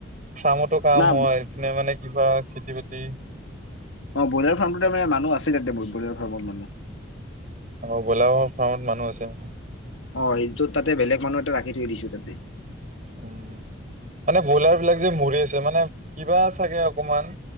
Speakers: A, on the right; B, on the left.
A: ফাৰ্মতো কাম
B: না
A: হয়, এইপিনে মানে কিবা খেতি বাতি
B: অ', ব্ৰলাৰ ফাৰ্মটোটে মানে মানুহ আছে <unintelligible> ব্ৰইলাৰ ফাৰ্মত মানুহ।
A: অ, ব্ৰইলাৰৰ ফাৰ্মত মানুহ আছে।
B: অ', এইটো তাতে বেলেগ মানুহ এটা ৰাখি থৈ দিছো তাতে।
A: মানে ব্ৰইলাৰ বিলাক যে মৰি আছে, মানে কিবা চাগে অকমান